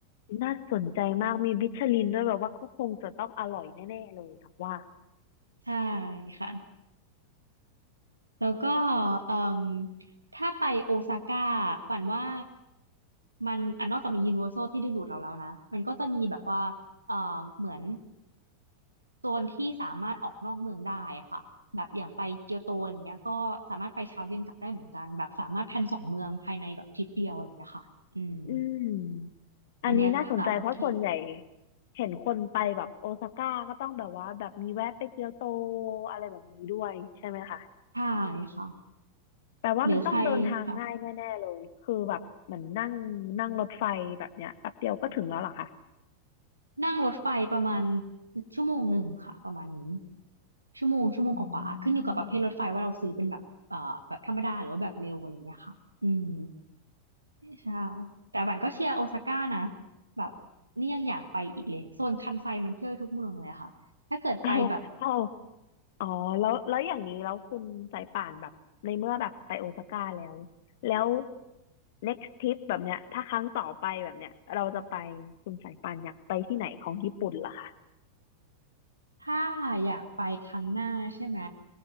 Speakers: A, on the left; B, on the right.
A: น่าสนใจมาก มีมิชลินด้วยแบบว่าก็คงจะต้องอร่อยแน่ๆเลยครับว่า
B: ใช่ค่ะ แล้วก็เอ่มถ้าไปโอซาก้าฝันว่ามันอ่ะนอกจากมียูนิเวอร์แซลที่ดึงดูดเราแล้วนะ มันก็จะมีแบบว่าเอ่อเหมือนโซนที่สามารถออกนอกเมืองได้อะค่ะแบบอย่างไปเกียวโตอย่างเงี้ยก็สามารถไปเช้าเย็นกลับได้เหมือนกันแบบสามารถแพลนสองเมืองภายในแบบทริปเดียวอะไรอย่างเงี้ยค่ะอืม
A: อืมอันนี้น่าสนใจเพราะส่วนใหญ่
B: อันเนี้ยก็จะโอเค
A: เห็นคนไปแบบโอซาก้าก็ต้องแบบว่าแบบมีแวะไปเกียวโตอะไรแบบนี้ด้วยใช่ไหมคะ
B: ใช่ค่ะ
A: แปลว่ามันต้องเดินทางง่ายแน่ๆเลยคือแบบเหมือนนั่งนั่งรถไฟแบบเนี้ยแป๊บเดียวก็ถึงแล้วเหรอคะ
B: หรือใครค่ะ นั่งรถไฟประมาณชั่วโมงหนึ่งค่ะประมาณนี้ชั่วโมงชั่วโมงกว่าๆขึ้นอยู่กับประเภทรถไฟว่าเราซื้อเป็นแบบเอ่อแบบธรรมดาหรือว่าแบบเร็วอะไรอย่างเงี้ยค่ะอืม
A: อืม
B: ใช่แต่บันก็เชียร์โอซาก้านะแบบนี่ยังอยากไปอีกเลยโซนคันไซมันเที่ยวได้ทุกเมืองเลยค่ะถ้าเกิดไปแบบ
A: เอาเอา อ๋อแล้วแล้วอย่างนี้แล้วคุณสายป่านแบบในเมื่อแบบไปโอซาก้าแล้วแล้ว next trip แบบเนี้ยถ้าครั้งต่อไปแบบเนี้ยเราจะไปคุณสายป่านอยากไปที่ไหนของญี่ปุ่นเหรอคะ
B: ถ้าอยากไปครั้งหน้าใช่ไหม